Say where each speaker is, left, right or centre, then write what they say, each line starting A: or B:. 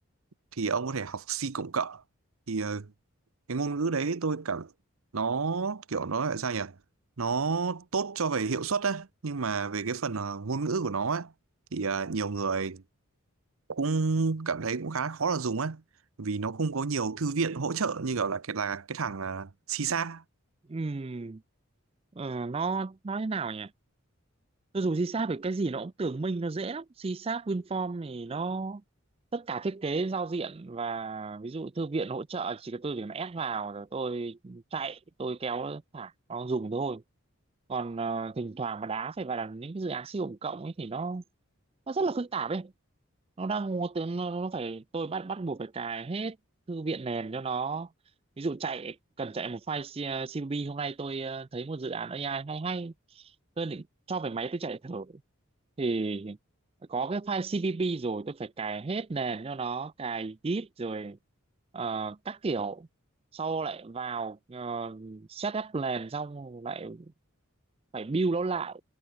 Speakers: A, on the right; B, on the right.
A: thì ông có thể học C cộng cộng. Thì ờ, cái ngôn ngữ đấy tôi cảm nó kiểu nó là sao nhỉ? Nó tốt cho về hiệu suất ấy, nhưng mà về cái phần ờ, ngôn ngữ của nó ấy thì ờ, nhiều người cũng cảm thấy cũng khá khó là dùng á vì nó không có nhiều thư viện hỗ trợ như kiểu là cái là cái thằng uh, C-Sharp
B: ừ ờ, nó nói thế nào nhỉ tôi dùng C Sharp thì cái gì nó cũng tưởng minh nó dễ lắm C Sharp WinForm thì nó tất cả thiết kế giao diện và ví dụ thư viện hỗ trợ chỉ cần tôi chỉ cần ép vào rồi tôi chạy tôi kéo thả nó dùng thôi còn ờ, thỉnh thoảng mà đá phải vào là những cái dự án siêu tổng cộng ấy thì nó nó rất là phức tạp ấy nó đang ngố tướng nó, nó phải tôi bắt bắt buộc phải cài hết thư viện nền cho nó ví dụ chạy cần chạy một file C- CVB hôm nay tôi ờ, thấy một dự án A I hay hay tôi định cho về máy tôi chạy thử thì có cái file CVB rồi tôi phải cài hết nền cho nó cài git rồi ờ, các kiểu sau lại vào ờ, setup nền xong lại phải build nó lại